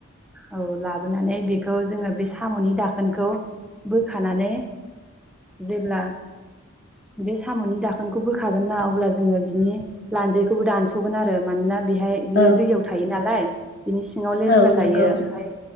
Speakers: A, in the centre; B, on the left (about 50°).
A: औ लाबोनानै बेखौ जोङो बे साम'नि दा खोनखौ बोखानानै जेब्ला बे साम'नि दाखोनखौ बोखागोन ना अब्ला जोङो बिनि लान्जायखौबो दानस'गोन आरो मानोना बेहाय बियो
B: औ
A: दैयाव थायो नालाय बिनि सिङाव लेथ्रा
B: औ नंगौ
A: थायो ओमफाय